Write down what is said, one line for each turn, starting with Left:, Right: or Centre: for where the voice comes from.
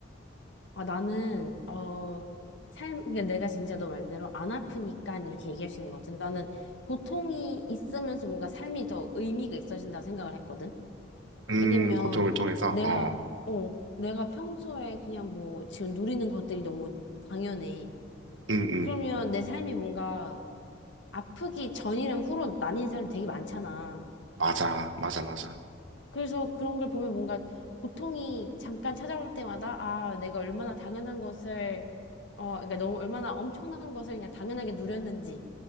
Left: 아, 나는, 어, 삶, 그러니까 내가 진짜 너 말대로 안 아프니까 이렇게 얘기할 수 있는 것 같아. 나는 고통이 있으면서 뭔가 삶이 더 의미가 있어진다고 생각을 했거든.
Right: 음,
Left: 왜냐면
Right: 고통을 통해서,
Left: 내가,
Right: 어, 어.
Left: 어, 내가 평소에 그냥 뭐 지금 누리는 것들이 너무 당연해.
Right: 음, 음.
Left: 그러면 내 삶이 뭔가 아프기 전이랑 후로 나뉜 사람이 되게 많잖아.
Right: 맞아, 맞아, 맞아.
Left: 그래서 그런 걸 보면 뭔가 고통이 잠깐 찾아올 때마다 아, 내가 얼마나 당연한 것을, 어, 그러니까 너무 얼마나 엄청난 것을 그냥 당연하게 누렸는지.